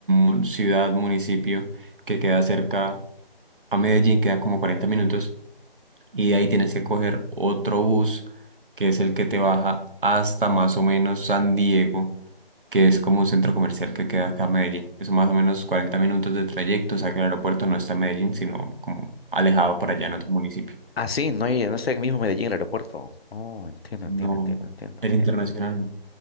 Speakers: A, on the right (about 60°); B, on the left (about 75°).
A: un ciudad, municipio que queda cerca. a Medellín, queda como 40 minutos, y de ahí tienes que coger otro bus, que es el que te baja hasta más o menos San Diego, que es como un centro comercial que queda acá a Medellín. Eso más o menos 40 minutos de trayecto, o sea que el aeropuerto no está en Medellín, sino como alejado por allá en otro municipio.
B: Ah, sí, no, hay- no está en el mismo Medellín, el aeropuerto. Oh, entiendo, entiendo,
A: No,
B: entiendo, entiendo.
A: el internacional no.